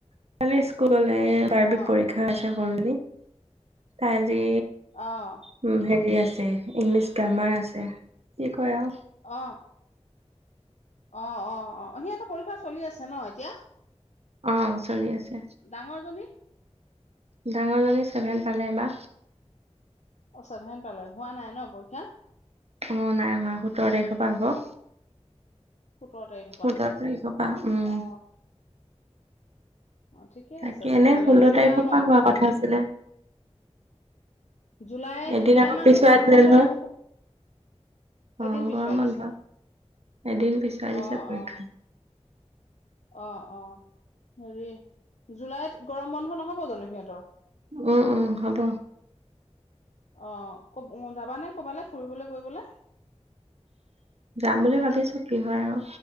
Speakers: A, on the right (about 65°); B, on the left (about 80°).
A: ছোৱালী স্কুললে <unintelligible>
B: অ
A: পৰীক্ষা। <unintelligible> তাই আজি
B: অ'।
A: উম, হেৰি আছে ইংলিছ গ্ৰামাৰ আছে কি কয় আৰু।
B: অঁ। অ' অ' অ', সিহঁতো পৰীক্ষা চলি আছে ন এতিয়া?
A: অ' চলি আছে।
B: ডাঙৰজনী?
A: ডাঙৰজনী ছেভেন পালে এইবা।
B: অ' ছেভেন পালে হোৱা নাই ন পৰীক্ষা।
A: অ' নাই হোৱা সোতৰ তাৰিখৰ পৰা হ'ব।
B: সোতৰ তাৰিখৰ
A: সোতৰ
B: পৰা
A: তাৰিখৰ পৰা উম।
B: অ অ' ঠিকে
A: তাকে
B: আছে তেতিয়াহ'লে,
A: এনে ষোল্ল
B: অ' হেৰি
A: তাৰিখৰ
B: আও ন
A: পৰা হোৱা কথা আছিলে
B: জুলাই
A: এদিন
B: জুলাই
A: আকৌ
B: মাহটো
A: পিছুৱাই
B: গৰম
A: দিলে
B: বন্ধই
A: নহয়
B: হ'ব।
A: অ
B: এদিন পিছুৱাই
A: গৰম বন্ধ
B: দিছে।
A: এদিন পিছুৱাই দিছে
B: অ'
A: পৰীক্ষা
B: অ'! অ' অ' হেৰি জুলাইত গৰম বন্ধ নহ'ব জানো সিহঁতৰ।
A: উম উম হ'ব।
B: অ' ক যাবানে কবালে ফুৰিবলে কৰিবলে?
A: যাম বুলি ভাবিছো, কি হয় আও